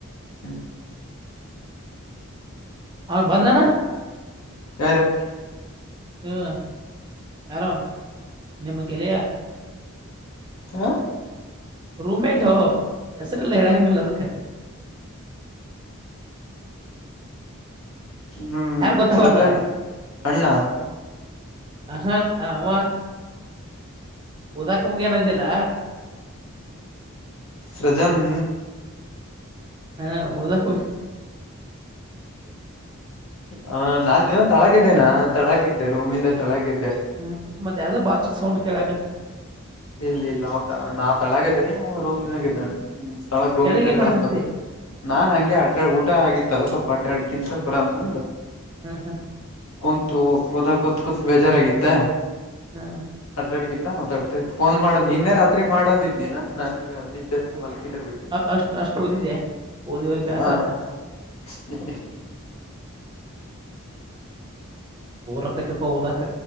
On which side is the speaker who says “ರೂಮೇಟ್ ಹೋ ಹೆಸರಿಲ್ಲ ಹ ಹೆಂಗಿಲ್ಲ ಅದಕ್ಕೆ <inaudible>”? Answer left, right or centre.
Right